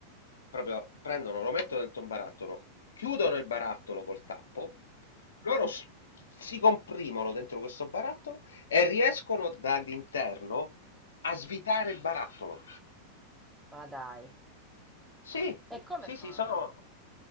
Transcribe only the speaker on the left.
Proprio prendono, lo mettono dentro un barattolo, chiudono il barattolo col tappo, loro s- si comprimono dentro questo barattolo e riescono dall'interno a svitare il barattolo.
Sì,
sì,
sì, sono...